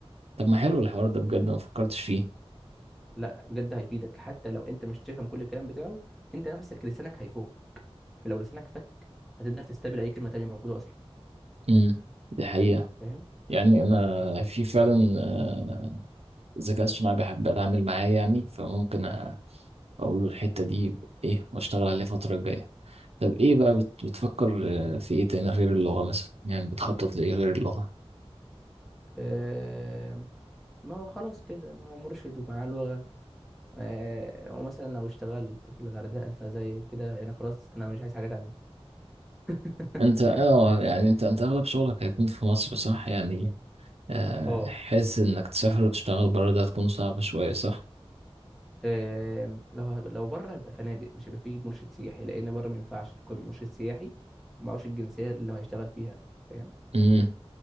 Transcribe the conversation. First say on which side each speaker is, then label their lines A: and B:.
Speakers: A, on the right (about 75°); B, in the centre.
A: طب ما حلو الحوار ده بجد ما فكرتش فيه
B: لا بجد هيفيدك حتى لو انت مش تفهم كل الكلام بتاعه انت نفسك لسانك هيفوق فلو لسانك فك هتقدر تستقبل اي كلمه تانية موجوده اصلا
A: امم دي حقيقة
B: فاهم
A: يعني انا
B: بس
A: في فعلا آه، ذكاء اصطناعي بحب اتعامل معاه يعني فممكن اقول له الحتة دي ايه واشتغل عليها الفترة الجاية طب ايه
B: بالظبط
A: بقى بت- بتفكر آه، في ايه تاني غير اللغة مثلا يعني بتخطط لايه غير اللغة
B: آه ما هو خلاص كده ما هو مرشد ومعاه لغه آه ومثلا لو اشتغلت في الغردقه فزي كده انا خلاص انا مش عايز حاجه تانية <laughs>
A: انت اه يعني انت انت اغلب شغلك هيكون في مصر صح يعني آه،
B: اه
A: حاسس انك تسافر وتشتغل بره ده هتكون صعبة شوية صح
B: آم، لو ه- لو بره هيبقى فنادق مش هيبقى فيه مرشد سياحي لان بره ما ينفعش يكون مرشد سياحي ومعهوش الجنسيه اللي هو هيشتغل فيها فاهم
A: امم